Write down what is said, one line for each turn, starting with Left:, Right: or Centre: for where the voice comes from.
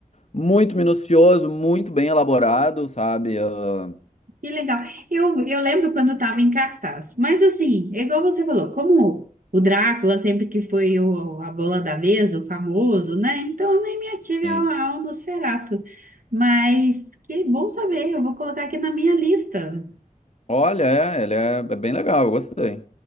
Left: muito minucioso, muito bem elaborado, sabe? Ah,
Right: que legal. Eu, eu lembro quando estava em cartaz, mas assim, é igual você falou, como o Drácula sempre que foi o- a bola da vez, o famoso, né? Então eu nem me ative
Left: sim.
Right: ao, ao Nosferatu. Mas que bom saber, eu vou colocar aqui na minha lista.
Left: Olha, é, ele é, é bem legal, eu gostei.